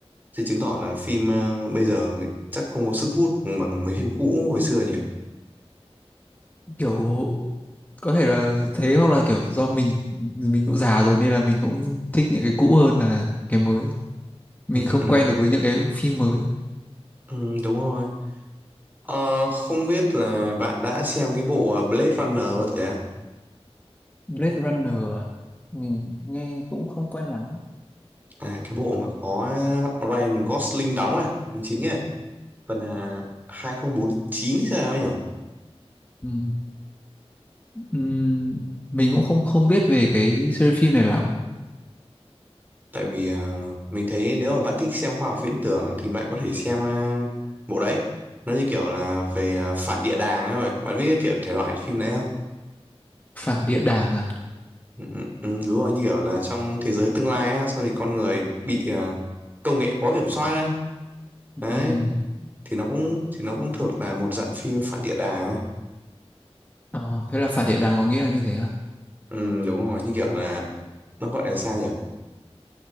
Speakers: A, on the right (about 15°); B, on the left (about 15°).
A: thì chứng tỏ là phim ờ, bây giờ người- chắc không có sức hút bằng mấy phim cũ hồi xưa nhỉ
B: kiểu có thể là thế hoặc là kiểu do mình mình cũng già rồi nên là mình cũng thích những cái cũ hơn là cái mới mình
A: <laughs>
B: không quen được với những cái phim mới
A: Ừ, đúng rồi Ờ, không biết là bạn đã xem cái bộ ờ, Blade Runner bao giờ à?
B: Blade Runner à? Mình nghe cũng không quen lắm.
A: À, cái bộ mà có Ryan Gosling đóng à, đóng chính à, phần à, 2049 hay sao ấy nhỉ?
B: Ừm, ừm, mình cũng không không biết về cái series phim này lắm
A: Tại vì ờ, mình thấy nếu mà bạn thích xem khoa học viễn tưởng thì bạn có thể xem ờ, bộ đấy. Nó như kiểu là về ờ, phản địa đàng ấy vậy. Bạn biết cái kiểu thể loại phim đấy không?
B: phản địa đàng à
A: Ừ, ừ, ừ, đúng rồi, như kiểu là trong thế giới tương lai á, sau thì con người bị ờ, công nghệ quá kiểm soát á. Đấy
B: Ừm,
A: thì nó cũng thì nó cũng thuộc là một dạng phim phản địa đàng ấy.
B: ờ, thế là phản địa đàng có nghĩa là như thế à
A: ừ, đúng rồi như kiểu là nó gọi là sao nhỉ